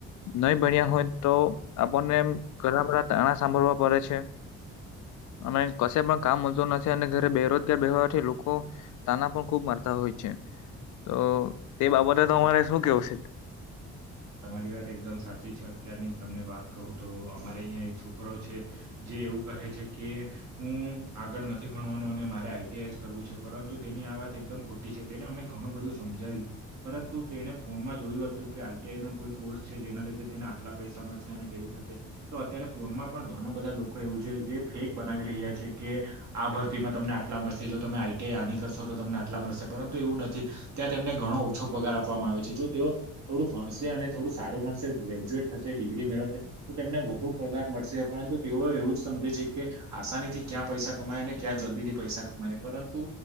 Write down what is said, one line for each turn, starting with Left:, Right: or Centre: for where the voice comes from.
Left: નહી ભણ્યા હોય તો આપણને ઘણા બઘા તાણા સાંભળવા પડે છે. અમે કશે પણ કામ મળું નથી અને ઘરે બેરોજગાર બેવાથી લોકો તાના પણ ખૂબ મારતા હોય છે. તોઓ તે બાબતે તો તમારે શું કેવું છે.
Right: તમારી વાત એકદમ સાચી છે અત્યારની તમને વાત કહું તો અમારે અહીયા એક છોકરો છે જે. એવું કહે છે કે હું આગળ નથી ભણવાનું અને મારે આઈટીઆઈ જ કરવું છે પરંતુ તેની આ. વાત એકમ ખોટી છે તેને અમે ઘણું બધું સમજાવ્યું પરંતુ તેને ફોનમાં જોયું હતું કે આ. તેનો કોઈ કોર્સ છે જેના લીધે તેને આટલા પૈસા મળશે અને તેવું થશે તો અત્યારે ફોનમાં પણ ઘણા બધા લોકો. કોઈ એવું જે ફેક બનાવી રહ્યા છે કે આ ભરતીમાં તમને આટલા મળર્શે જો તમે આઈટીઆઈ આની કરશો. તો તો તમને આટલા મળશે પરંતુ એવું નથી ત્યાં તેમને ઘણો ઓછો પગાર આપવામાં આવે છે જો તેઓ થોડુંક. ભણશે અને થોડું સારું ભણશે ગ્રેજ્યુએટ થશે ડિગ્રી મેળવશે તો તેમને વધુ પગાર મળશે પરંતુ તે ઓ. તોએવું જ સમજે છે કે આસાની થી ક્યાં પૈસા કમાય ને ક્યાં જલ્દી થી પૈસા કમાય પરંતુ.